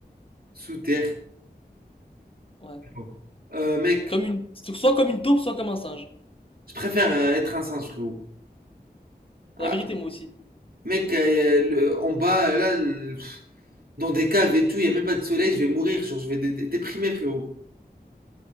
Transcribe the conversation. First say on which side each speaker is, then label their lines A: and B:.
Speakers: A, on the right; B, on the left.
A: Sous terre.
B: Ouais.
A: Bon. Euh, mec,
B: Comme une, soit comme une taupe, soit comme un singe.
A: je préfère euh, être un singe, frérot. Ah,
B: La vérité, moi aussi.
A: mec, euh, le- en bas, euh, là, le- dans des caves et tout, il y a même pas de soleil, je vais mourir, genre, je vais dé- dé- déprimer, frérot.